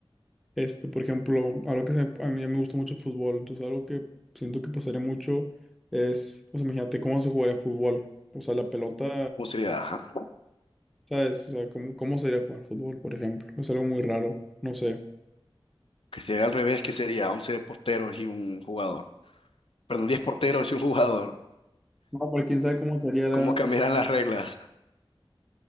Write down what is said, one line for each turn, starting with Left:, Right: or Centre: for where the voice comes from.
Centre: Este, por ejemplo, algo que se- a mí me gusta mucho el fútbol, entonces algo que siento que pasaría mucho es, o sea, imagínate cómo se jugaría fútbol, o sea, la pelota,
Left: ¿Cómo sería? Ajá.
Centre: ¿sabes? O sea, cómo, cómo sería jugar fútbol, por ejemplo, es algo muy raro, no sé.
Left: Que sería al revés, que sería 11 porteros y un jugador. Perdón, 10 porteros y un jugador.
Centre: No, pero quién sabe cómo sería la,
Left: ¿Cómo cambiarán las reglas?